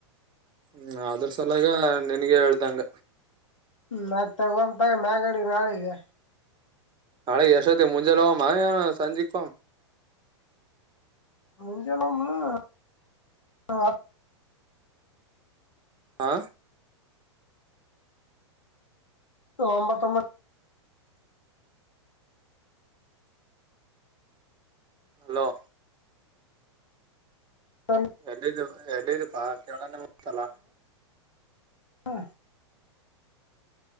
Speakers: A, on the right (about 30°); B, on the left (about 80°).
A: ಹ್ಮ ಅದರ ಸಲಾಗ ನೀನ್ಗೆ ಹೇಳ್ದಂಗ.
B: ಮತ್ತ ಹೋಗಮ್ಮ ತೊಗೊ ಮಾಗಡಿ ನಾಳಿಗೆ
A: ನಾಳೆ ಎಷ್ಟೋತಿಗೆ ಮುಂಜೆಲೇ ಹೋಗಮ್ಮ ಏನ್ ಸಂಜಿಕ ಹೋಗುಮ್
B: ಮುಂಜಾಲೆ ಹೋಗುಮ್ ಹತ್ತ
A: ಹಾ
B: ಒಂಬತ್ತೊಂಬತ್ತು
A: ಹಲೋ.
B: ಒಂಬತ್ತೊಂಬತ್ತದಮ್
A: ಎಲ್ಲಿದ ಎಲ್ಲಿದಿಪಾ ಕೇಳಣ ಮುತಲ್ಲ
B: ಹ್ಮ